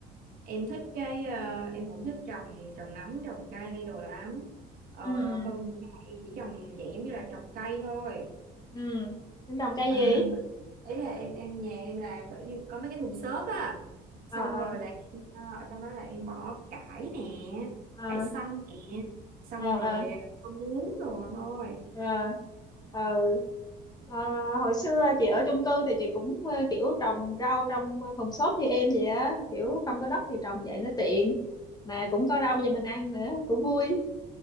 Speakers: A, on the right; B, on the left.
A: em thích cái ờ, em cũng thích trồng trồng nấm trồng cây đồ lắm ờ
B: ừ ừ
A: hôm nay em chỉ trồng dạng giống như là trồng cây thôi
B: ừ Tính trồng cây
A: À,
B: gì
A: ý là em em nhà em là kiểu như có mấy cái thùng xốp á
B: ờ
A: xong
B: ờ
A: rồi là em, ờ, ở trong đó là em bỏ cải nè
B: ờ
A: cải xanh nè xong
B: ờ
A: rồi
B: ờ
A: ờ, có muống rồi thôi
B: ờ ờ. À, hồi xưa chị ở chung cư thì chị cũng ờ, kiểu trồng rau trong thùng xốp như em vậy á kiểu không có đất thì trồng vậy nó tiện mà cũng có rau cho mình ăn nữa cũng vui